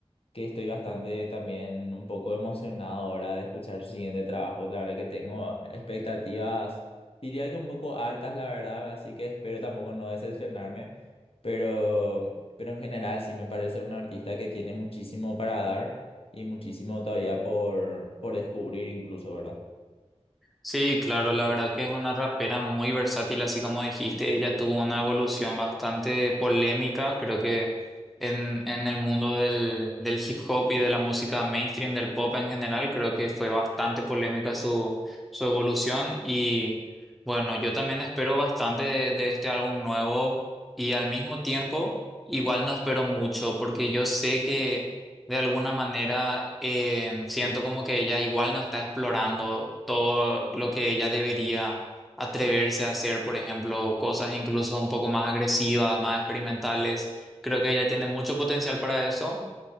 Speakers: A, on the left; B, in the centre.
A: que estoy bastante también un poco emocionado ahora de escuchar su siguiente trabajo. La verdad que tengo expectativas, diría que un poco altas, la verdad, así que espero tampoco no decepcionarme, pero, pero en general sí me parece un artista que tiene muchísimo para dar y muchísimo todavía por, por descubrir incluso, ¿verdad?
B: Sí, claro, la verdad que es una rapera muy versátil, así como dijiste, ella tuvo una evolución bastante polémica, creo que en, en el mundo del, del hip hop y de la música mainstream, del pop en general, creo que fue bastante polémica su, su evolución y bueno, yo también espero bastante de, de este álbum nuevo y al mismo tiempo igual no espero mucho porque yo sé que de alguna manera eh, siento como que ella igual no está explorando todo lo que ella debería atreverse a hacer, por ejemplo, cosas incluso un poco más agresivas, más experimentales. Creo que ella tiene mucho potencial para eso,